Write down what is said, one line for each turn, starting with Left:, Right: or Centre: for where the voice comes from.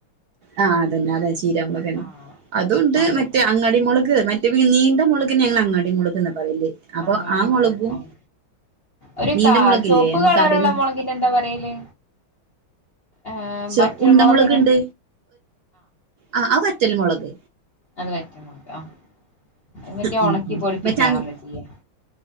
Right: ആഹ് അതന്നെ അതെ ചീരാമുളക് ന്നെ
Left: ആഹ്
Right: അതുംണ്ട്
Left: അതന്നെ
Right: മറ്റേ അങ്ങ ങ്ങടി മുളക് മറ്റേ നീണ്ട മുളക്ന് ഞങ്ങൾ അങ്ങാട്ടി മുളക്ന്നാ പറയല് അപ്പൊ
Left: അങ്ങാടി
Right: ആ മുളകും
Left: മുളക് ആഹ് ഒരു
Right: നീണ്ട
Left: കാ
Right: മുളകില്ലേ
Left: ചോപ്പ്
Right: നമ്മ
Left: കളറുള്ള
Right: കടേന്ന്
Left: മുളകിന് എന്താ പറയല് ഏഹ്
Right: ചോ
Left: വറ്റൽ
Right: ഉണ്ട
Left: മുളകിന്
Right: മുളക് ഇണ്ട് ആഹ് അത്‌ വറ്റൽ മുളക്
Left: അത് വറ്റൽ മുളക് ആ അത് പിന്നെ
Right: ഉം
Left: ഉണക്കി
Right: ഉം
Left: പൊടിപ്പിക്കയാണല്ലോ
Right: മറ്റേ ആഹ്
Left: ചെയ്യ